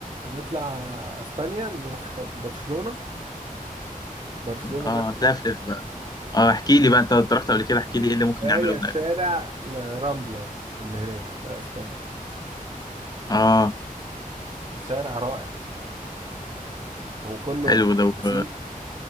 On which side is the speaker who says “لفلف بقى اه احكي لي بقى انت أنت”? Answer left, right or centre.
Left